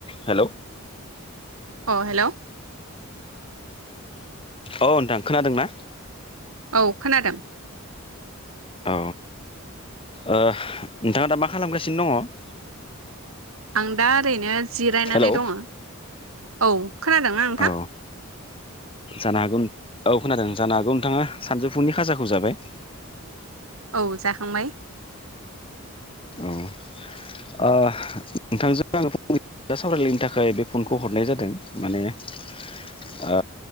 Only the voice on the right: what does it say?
अ हेल'
औ खोनादों।
आं दा ओरैनो जिरायनानै
दङ। औ खोनादोंना नोंथां?
औ जाखांबाय।